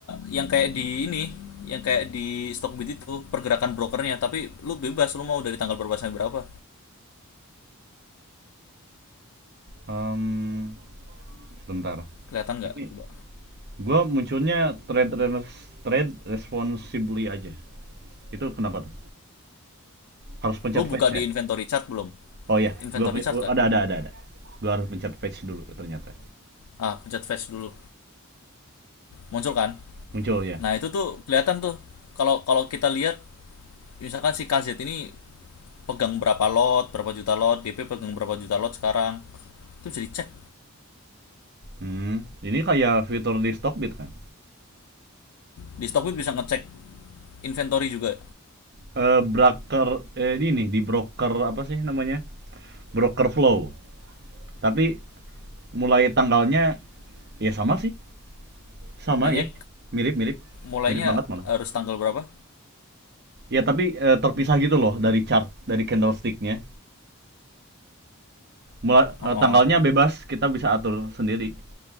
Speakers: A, on the left (about 85°); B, on the right (about 45°).
A: yang kayak di ini, yang kayak di Stockbit itu pergerakan brokernya, tapi lu bebas lu mau dari tanggal berapa sampai berapa.
B: Em, sebentar
A: Kelihatan
B: ini
A: nggak? Coba.
B: Gua munculnya trade res- trade responsibly aja. Itu kenapa tuh? Harus pencet
A: Lu
B: fetch
A: buka
B: ya?
A: di inventory chart belum?
B: Oh ya,
A: Inventory
B: gua
A: chart kan?
B: ada ada ada ada. Gua harus pencet fetch dulu ternyata.
A: Ah, pencet flash dulu. Muncul kan?
B: Muncul ya.
A: Nah, itu tuh kelihatan tuh. Kalau kalau kita lihat misalkan si KZ ini pegang berapa lot, berapa juta lot, DP pegang berapa juta lot sekarang. Itu bisa dicek.
B: Hmm, ini kayak fitur di Stockbit kan?
A: Di Stockbit bisa ngecek inventory juga.
B: Eh broker eh ini di broker apa sih namanya? Broker flow. Tapi mulai tanggalnya ya sama sih. Sama
A: Kayaknya
B: ya. Mirip-mirip.
A: mulainya
B: Mirip banget malah.
A: harus tanggal berapa?
B: Ya tapi eh, terpisah gitu loh dari chart dari candlesticknya. Mulai eh,
A: Oh, oh.
B: tanggalnya bebas, kita bisa atur sendiri